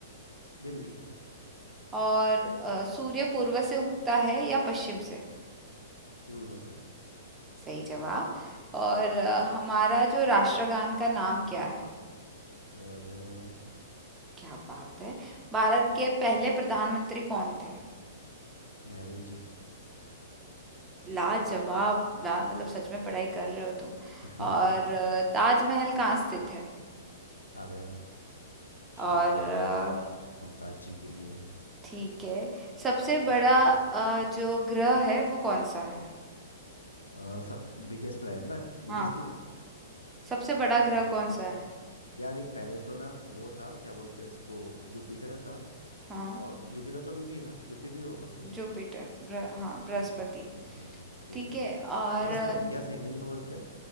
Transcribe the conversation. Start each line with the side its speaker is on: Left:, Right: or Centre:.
Left: दिल्ली
Right: और अ, सूर्य पूर्व से उगता है या पश्चिम से
Left: पूर्व से
Right: सही जवाब और
Left: हम्म।
Right: अ, हमारा जो राष्ट्रगान का नाम क्या है
Left: अ, जनगणना
Right: क्या बात है भारत के पहले प्रधानमंत्री कौन थे
Left: नेहरू जी
Right: लाजवाब ला मतलब सच में पढ़ाई कर रहे हो तुम
Left: <laughs>
Right: और अ, ताजमहल कहाँ स्थित है
Left: आगरा शाहजहां
Right: और अ,
Left: जी ने बनाया मुमताज जी के लिए
Right: ठीक है सबसे बड़ा
Left: जी
Right: अ, जो ग्रह है वो कौन सा है
Left: अ, सब बिगेस्ट प्लान ना
Right: हाँ
Left: बिगेस्ट की
Right: सबसे बड़ा
Left: प्लान
Right: ग्रह
Left: अपना
Right: कौन
Left: है
Right: सा है
Left: यार एक पहले तो ना वो था क्या बोलते हैं इसको जुपिटर था
Right: हाँ
Left: और जुपिटर तो अभी भी है ना तो जुपिटर ही होगा फिर
Right: जुपिटर ब्र, हाँ बृहस्पति
Left: हाँ ठीक है हाँ ठीक
Right: ठीक
Left: है
Right: है और
Left: बृहस्पति
Right: अ,
Left: क्या हिंदी में क्या बोलते हैं